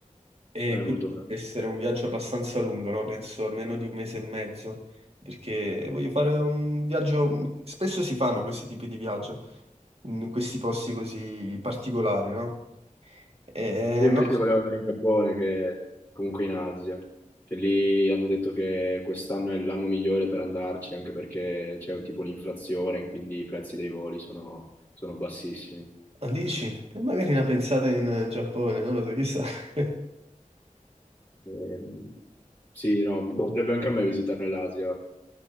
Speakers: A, on the right; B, on the left.
A: E
B: È molto
A: quindi
B: bello.
A: deve essere un viaggio abbastanza lungo, no? Penso almeno di un mese e mezzo, perché voglio fare un viaggio... Spesso si fanno questi tipi di viaggio, in questi posti così particolari, no? E
B: Io invece
A: no,
B: volevo andare in Giappone, che comunque in Asia, che lì hanno detto che quest'anno è l'anno migliore per andarci, anche perché c'è tipo l'inflazione, quindi i prezzi dei voli sono, sono bassissimi.
A: dici, E magari una pensata in eh, Giappone, non lo so, chissà. <laughs>
B: Ehm, sì, no, mi piacerebbe anche a me visitare l'Asia,